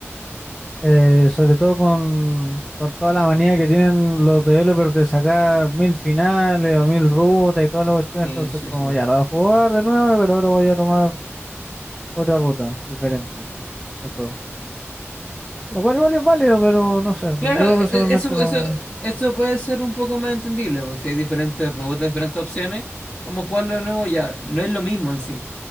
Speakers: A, in the centre; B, on the left.
A: Eh, sobre todo con, con toda la manía que tienen los developers de sacar mil finales o mil rutas y toda la cuestión,
B: Sí,
A: entonces
B: sí,
A: como
B: sí.
A: ya lo voy a jugar de nuevo, pero ahora voy a tomar otra ruta diferente del juego. Lo cual igual es válido, pero no sé,
B: Claro,
A: yo
B: e-
A: personalmente
B: eso,
A: no...
B: eso, eso puede ser un poco más entendible, porque si hay diferentes robots, diferentes opciones, como jugarlo de nuevo ya, no es lo mismo en sí.